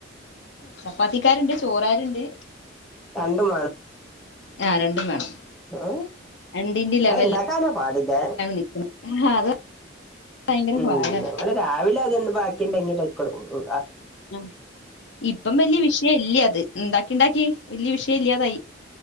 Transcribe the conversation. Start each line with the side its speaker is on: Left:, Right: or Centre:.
Left: ചപ്പാത്തിക്കാരുണ്ട് ചോറാരുണ്ട്.
Centre: രണ്ടും
Left: ആ രണ്ടും വേണം
Centre: ആ
Left: രണ്ടിന്റെ ലെവലിലാണ്
Centre: ആ ഇണ്ടാക്കാനോ പാടില്ല
Left: നിക്കുന്നത് ആഹ് അത് ഭയങ്കര
Centre: ഉം
Left: പാടാ
Centre: ഞങ്ങള് രാവിലെ അതണ്ട് ബാക്കിണ്ടങ്ങിട്ട്ക്കോടും ഉ
Left: ആ ഇപ്പം വല്യ വിഷയം ഇല്ലേ അത് ണ്ടാക്കി ണ്ടാക്കി വല്യ വിഷയം ഇല്ലാതായി